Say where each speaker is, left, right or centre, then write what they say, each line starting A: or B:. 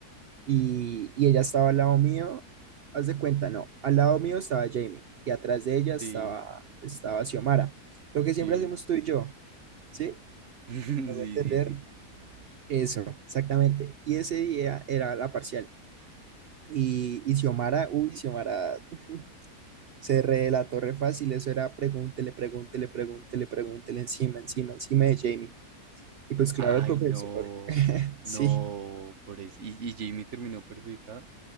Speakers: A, on the right; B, on the right.
A: y, y ella estaba al lado mío, haz de cuenta, no, al lado mío estaba Jamie y atrás de ella
B: sí,
A: estaba, estaba Xiomara, lo que siempre
B: sí.
A: hacemos
B: <laughs>
A: tú y yo, ¿sí?
B: Sí,
A: Me
B: sí,
A: voy a entender.
B: sí.
A: Eso, exactamente. Y ese día era la parcial. Y, y Xiomara, uy, Xiomara <laughs> se relató re fácil. Eso era pregúntele, pregúntele, pregúntele, pregúntele encima, encima, encima de Jamie. Y pues claro,
B: Ay,
A: el profesor,
B: no.
A: <laughs> sí.
B: No, por eso. ¿Y, y Jamie terminó perjudicada?